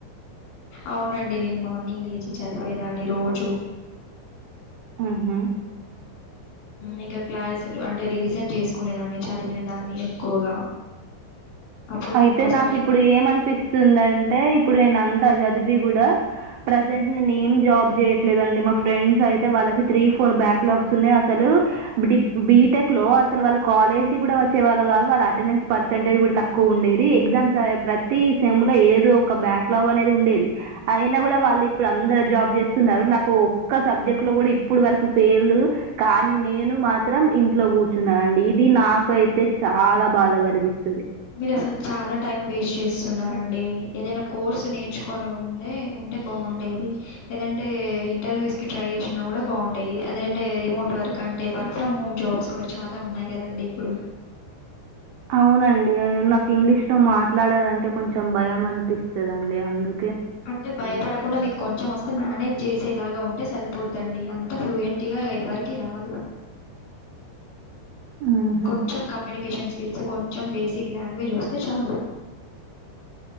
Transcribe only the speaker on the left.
అవునండి నేను మార్నింగ్ లేచి చదివేదాన్ని రోజు
ఇంకా క్లాసులు అంటే రివిజన్ చేసుకునేదాన్ని చదివినదాన్ని ఎక్కువగా అప్పుడు
ఒక్కసారి
మీరు అసలు చాలా టైం వేస్ట్ చేస్తున్నారండి ఏదైనా కోర్సు నేర్చుకొని ఉండే ఉంటే బాగుండేది ఏదంటే ఇంటర్వ్యూస్ కి ట్రై చేసినా కూడా బాగుండేది ఎందటే రిమోట్ వర్క్ అంటే వర్క్ ఫ్రమ్ హోమ్ జాబ్స్ కూడా చాలా ఉన్నాయి కదండి ఇప్పుడు
అంటే భయపడకుండా మీకు కొంచెం వస్తు మేనేజ్ చేసేలాగా ఉంటే సరిపోద్దండి అంత ఫ్లూయెంట్గా ఎవ్వరికి రాదు
కొంచం కమ్యూనికేషన్స్ తెలిసి కొంచెం బేసిక్ లాంగ్వేజ్ వస్తే చాలు